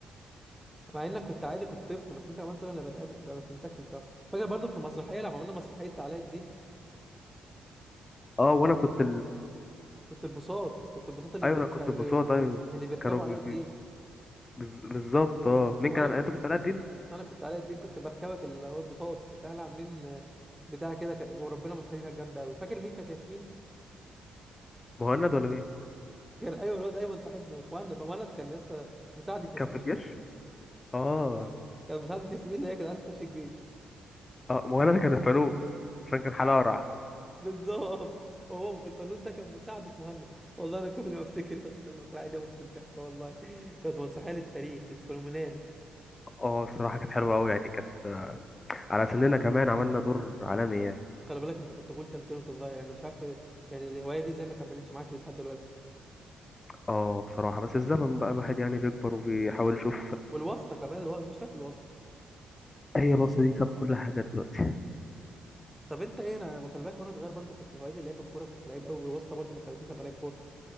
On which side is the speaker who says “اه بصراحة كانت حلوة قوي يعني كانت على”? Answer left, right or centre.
Left